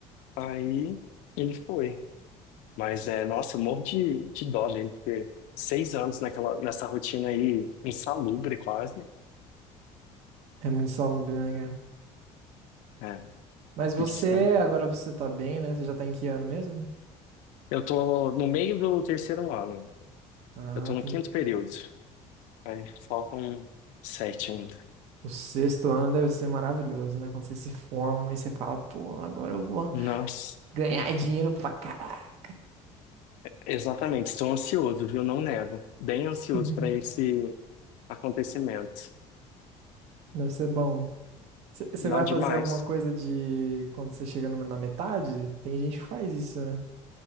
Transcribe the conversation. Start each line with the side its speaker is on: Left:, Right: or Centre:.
Left: aí ele foi. Mas é, nossa, eu morro de, de dó dele, porque seis anos naquela, nessa rotina aí, insalubre quase.
Right: É muito salubre, né, cara?
Left: É,
Right: Mas você,
Left: isso, né?
Right: agora você tá bem, né? Você já tá em que ano mesmo?
Left: Eu tô no meio do terceiro ano.
Right: Ah,
Left: Eu tô
Right: entendi.
Left: no quinto período. Aí faltam sete ainda.
Right: O sexto ano deve ser maravilhoso, né? Quando você se forma e você fala, pô, agora eu vou
Left: Nossa,
Right: ganhar dinheiro pra caralho.
Left: exatamente. Estou ansioso, viu? Não nego. Bem ansioso
Right: <laughs>
Left: para esse acontecimento.
Right: Deve ser bom. Você
Left: Não
Right: vai
Left: é demais.
Right: fazer alguma coisa de quando você chega no- na metade? Tem gente que faz isso, né?